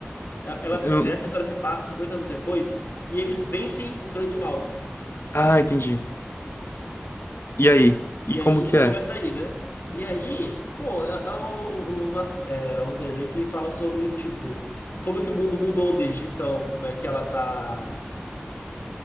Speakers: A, on the left; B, on the left.
A: Ela, ela-
B: Eu não-
A: essa história se passa 50 anos depois, e eles vencem o grande mal.
B: Ah, entendi. E aí?
A: E,
B: E
A: e aí
B: como que é?
A: começa daí, né? E aí, pô, é, é um- uma, é um desenho que fala sobre, tipo, como que o mundo mudou desde então, como é que ela tá.